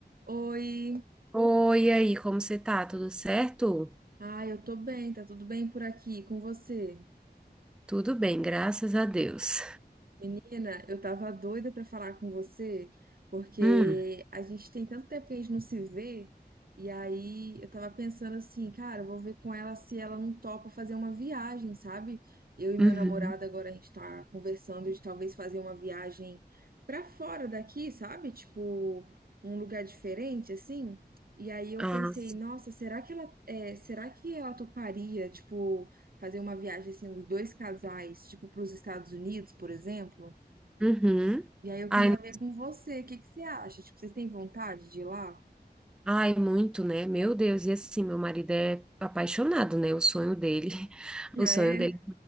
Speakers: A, on the right; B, in the centre.
A: Oi,
B: Oi, e aí, como você tá? Tudo certo?
A: ah, eu tô bem, tá tudo bem por aqui com você?
B: Tudo bem, graças a Deus.
A: Menina, eu tava doida pra falar com você, porque
B: Hum,
A: a gente tem tanto tempo que a gente não se vê, e aí eu tava pensando assim, cara, eu vou ver com ela se ela não topa fazer uma viagem, sabe? Eu e meu
B: uhum.
A: namorado agora a gente tá conversando de talvez fazer uma viagem pra fora daqui, sabe? Tipo, um lugar diferente assim. E aí eu
B: Ah,
A: pensei,
B: sim.
A: nossa, será que ela, é, será que ela toparia, tipo, fazer uma viagem assim, os dois casais, tipo para os Estados Unidos, por exemplo.
B: Uhum.
A: E aí eu
B: Ai,
A: queria ver com você, o que que você acha? Tipo, vocês têm vontade de ir lá?
B: ai, muito, né? Meu Deus, e assim, meu marido é apaixonado, né? O sonho dele, <laughs>
A: Ah,
B: o sonho
A: é?
B: dele